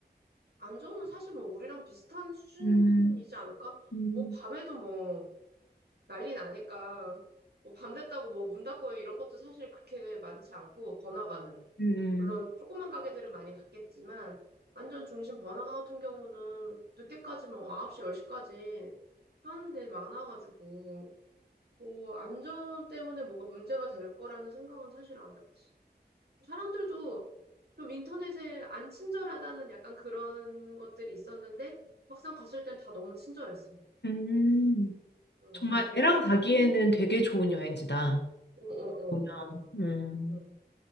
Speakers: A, on the right (about 70°); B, on the left (about 80°).
A: 안전은 사실 뭐 우리랑 비슷한 수준이지
B: 음,
A: 않을까?
B: 음,
A: 뭐 밤에도 뭐 난리 나니까 뭐밤 됐다고 뭐 문 닫고 이런 것도 사실 그렇게 많지 않고 번화가는
B: 음,
A: 물론 조그만 가게들은 많이 닫겠지만 완전 중심 번화가 같은 경우는 늦게까지 뭐 9시, 10시까지 하는 데 많아가지고 뭐 안전 때문에 뭐가 문제가 될 거라는 생각은 사실 안 해봤어. 사람들도 좀 인터넷에 안 친절하다는 약간 그런 것들이 있었는데 막상 갔을 땐 다 너무 친절했어.
B: 음.
A: 응,
B: 정말
A: 난 좋았어.
B: 애랑 가기에는
A: 응,
B: 되게 좋은 여행지다.
A: 응, 응.
B: 보면. 음.
A: 응.